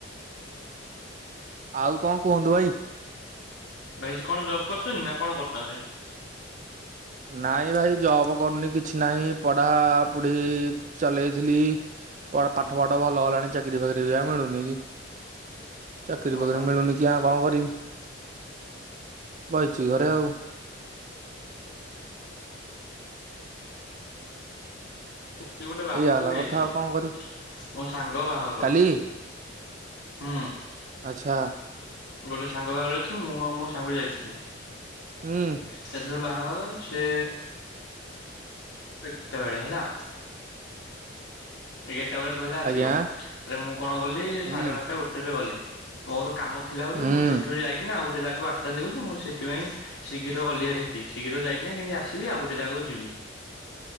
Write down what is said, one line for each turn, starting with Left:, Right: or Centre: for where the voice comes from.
Right: ଆଉ କଣ କୁହନ୍ତୁ ଭାଇ।
Left: ଭାଇ କଣ ଜବ୍ କରୁଛନ୍ତି ନା କଣ କରୁଛନ୍ତି।
Right: ନାଇଁ ଭାଇ ଜବ୍ କରୁନି କିଛି ନାହିଁ ପଢ଼ାପୁଢ଼ି ଚଲେଇଥିଲି। ପଢ଼
Left: ହଁ
Right: ପାଠ
Left: ହଁ
Right: ଫାଠ ଭଲ ହେଲାଣି ଚାକିରି ଫାକିରି ବି ଆଉ ମିଳୁନି କି ଚାକିରି
Left: ଓହୋ
Right: ଫକିରି ମିଳୁନି କି ଜି ଆଁ କଣ କରିବି ବହିଛି ଘରେ
Left: ହୁଁ
Right: ଆଉ।
Left: ହୁଁ ସେ ଗୋଟେ ବାହାଘର
Right: ଏଇଆ ହେଲା
Left: କୁ ଯାଇଥିଲି
Right: କଥା ଆଉ କଣ କରିବି।
Left: ମୋ ସାଙ୍ଗ ବାହାଘର
Right: କାଲି
Left: ହୁଁ।
Right: ଆଚ୍ଛା।
Left: ଗୋଟେ ସାଙ୍ଗ ବାହାଘରେଥିଲୁ, ମୁଁ ଆଉ ମୋ ସାଙ୍ଗ ଯାଇଥିଲୁ।
Right: ହୁଁ।
Left: ସେତରୁ ବାହାଘର ସେ କେତେବେଳେ ହେଲା। ଏଗାରଟା ବେଳେ କହିଲା ଆସିବ
Right: ଆଜ୍ଞା
Left: ତାଲେ ମୁଁ କଣ କଲି
Right: ହୁଁ।
Left: ସାଢେ
Right: ହୁଁ।
Left: ବାରଟା ଗୋଟେରେ ଗଲି। ମୋର କାମ ଥିଲା ବୋଲି
Right: ହୁଁ।
Left: ମୁଁ ସେଠୁ ଯାଇ କିନା ଆଉ ଗୋଟେ ଯାଗାକୁ ଆସିଥାନ୍ତି ବୋଲି ମୁଁ ସେଥିପାଇଁ ଶୀଘ୍ର ଗଲିହାରି ହେଠିକି ଶୀଘ୍ର ଯାଇ କିନା କେମତି ଆସିବି ଆଉ ଗୋଟେ ଜାଗାକୁ ଯିବି।